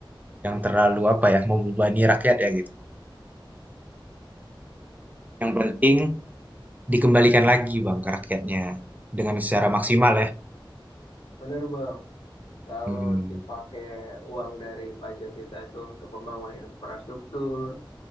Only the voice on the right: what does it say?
yang terlalu apa ya, membebani rakyat ya gitu. Yang penting dikembalikan lagi bang ke rakyatnya dengan secara maksimal ya.
Hmm.